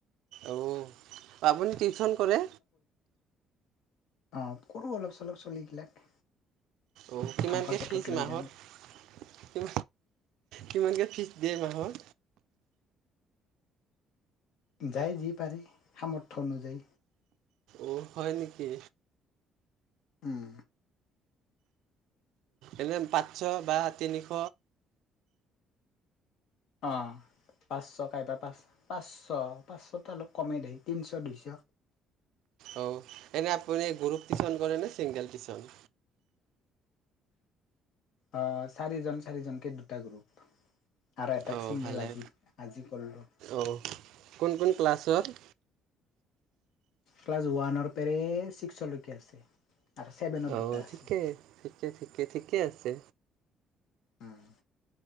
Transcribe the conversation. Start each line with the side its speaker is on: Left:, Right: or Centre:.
Right: অও আপুনি টিউ টিউচন কৰে
Left: অহ কৰোঁ অলপ চলপ চলিগিলাক
Right: অহ কিমানকৈ
Left: ধ্বংসৰ পথত
Right: ফিজ
Left: লৈ
Right: মাহত
Left: যাম
Right: টিউ কিমানকৈ ফিজ দিয়ে মাহত
Left: যায় যি পাৰি সামৰ্থ্য অনুযায়ী
Right: অহ হয় নেকি
Left: উম
Right: এনে পাঁচশ বা তিনিশ
Left: অঁ পাঁচশ! কাইবা পাঁচ, পাঁচশ, পাঁচশটো অলপ কমেই দে, তিনশ! দুইশ!
Right: অঁ! এনে আপুনি গ্ৰুপ টিচন কৰেনে ছিংগল টিচন?
Left: অঁ! চাৰিজন চাৰিজনকে দুটা গ্ৰুপ। আৰু এটাক
Right: অঁ!
Left: ছিংগল
Right: ভালে
Left: আজি আজি কৰিলোঁ
Right: অঁ! কোন কোন ক্লাছৰ?
Left: ক্লাছ ওৱানৰ পেৰে ছিক্স'লৈকে আছে। আৰু ছেভেনত
Right: অঁ!
Left: দুটা আছে
Right: ঠিকে, ঠিকে, ঠিকে, ঠিকে আছে।
Left: উম!